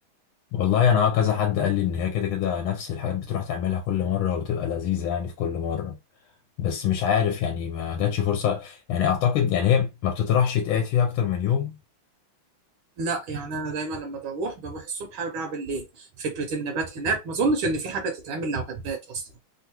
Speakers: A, on the left; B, on the right.
A: والله أنا آه، كذا حد قال لي إن هي كده كده نفس الحاجات بتروح تعملها كل مرة وبتبقى لذيذة يعني في كل مرة بس مش عارف يعني ما جاتش فرصة يعني أعتقد يعني هي ما بتطرحش يتقعد فيها أكتر من يوم
B: لا يعني أنا دايما لما بروح بروح الصبح أرجع بالليل فكرة النبات هناك ما أظنش إن في حاجة تتعمل لو هتبات أصلا